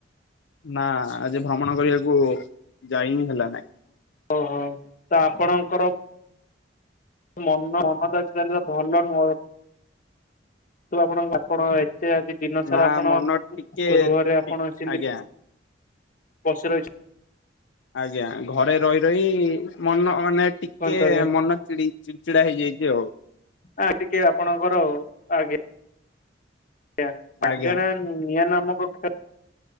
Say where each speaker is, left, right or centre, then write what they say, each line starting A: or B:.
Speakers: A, on the left (about 80°); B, on the left (about 45°).
A: ନା ଆଜି ଭ୍ରମଣ କରିବାକୁ ଯାଇ ବିି ହେଲା ନାଇଁ।
B: ଓ ହୋ ତ ଆପଣଙ୍କର ମନ ମନ ଦଖି ତାଲେ ଭଲ ନୁହଁ। ଆପଣ ଆପଣ ଏତେଦି ଜିନ ସାରା
A: ନା
B: ଆପଣ
A: ମନ ଟିକେ
B: ଗୃହରେ ଆପଣ ସେମତି
A: ଆଜ୍ଞା
B: ବସି ରହିଛି।
A: ଆଜ୍ଞା ଘରେ ରହି ରହି ମନ ମାନେ ଟିକେ
B: କୁହନ୍ତୁ ଆଜ୍ଞା
A: ମନ ଚିଡି ଚିଡ଼ି ଚିଡ଼ା ହେଇଯାଇଚି ଆଉ।
B: ଆ ଟିକେ ଆପଣଙ୍କର ଆଜ୍ଞା <unintelligible>
A: ଆଜ୍ଞା
B: ହୁଁ ନିଆଁ ନାମକ <unintelligible>